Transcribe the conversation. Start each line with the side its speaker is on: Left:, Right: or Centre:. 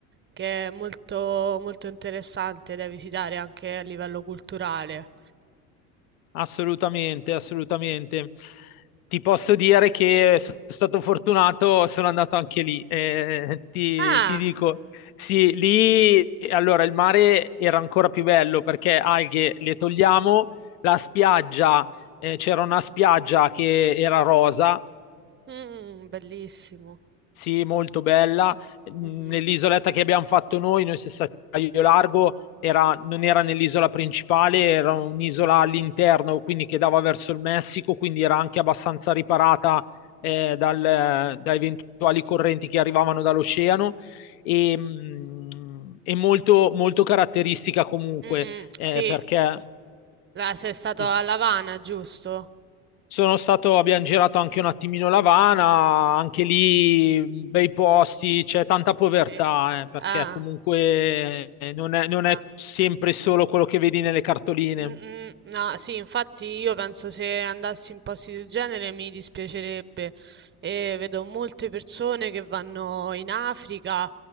Right: che è molto, molto interessante da visitare anche a livello culturale.
Left: Assolutamente, assolutamente. Ti posso dire che sono stato fortunato, sono andato anche lì. Eh, ti,
Right: Ah.
Left: ti dico, sì, lì allora il mare era ancora più bello perché alghe le togliamo, la spiaggia, eh, c'era una spiaggia che era rosa,
Right: Mh, bellissimo.
Left: sì, molto bella. Mm,
Right: Mh-mh.
Left: Nell'isoletta che abbiamo fatto noi, noi siamo stati a Caio Largo, era- non era nell'isola principale, era un'isola all'interno, quindi che dava verso il Messico, quindi era anche abbastanza riparata eh, dal- da eventuali correnti che arrivavano dall'oceano e, mm, e molto, molto caratteristica comunque,
Right: Mh-mh.
Left: eh,
Right: Sì.
Left: perché...
Right: Là sei stato
Left: sì,
Right: a L'Avana, giusto?
Left: sono stato, abbiamo girato anche un attimino L'Avana, anche lì mh, bei posti, c'è tanta povertà,
Right: Sì.
Left: eh, perché
Right: Ah.
Left: comunque eh, non è, non è
Right: Ah.
Left: sempre
Right: Sì.
Left: solo quello che vedi nelle cartoline.
Right: Mm, mm, no, sì, infatti io penso se andassi in posti del genere mi dispiacerebbe. E vedo molte persone che vanno in Africa,